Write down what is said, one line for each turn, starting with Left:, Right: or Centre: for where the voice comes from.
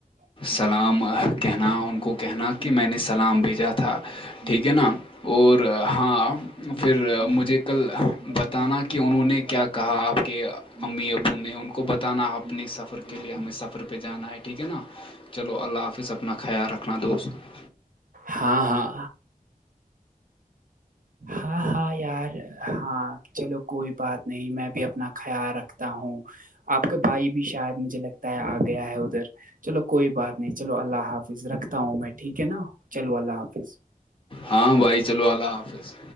Right: ہاں
Left: سلام کہنا ان کو کہنا کہ میں نے سلام بھیجا تھا ٹھیک ہے نا اور ہاں پھر مجھے کل بتانا کہ انہوں نے کیا کہا آپ کے امی ابو نے ان کو بتانا اپنے سفر کے لیے ہمیں
Right: <inaudible>
Left: سفر پہ جانا ہے ٹھیک ہے نا چلو اللہ حافظ اپنا خیال رکھنا دوست
Right: ہاں ہاں ہاں ہاں یار ہاں چلو کوئی بات نہیں میں بھی اپنا خیال رکھتی تا ہوں آپ کا بھائی بھی شاید مجھے لگتا ہے آ گیا ہے ادھر چلو کوئی بات نہیں چلو اللہ حافظ رکھ ہوں میں ٹھیک ہے نا چلو اللہ حافظ
Left: ہاں بھائی چلو اللہ حافظ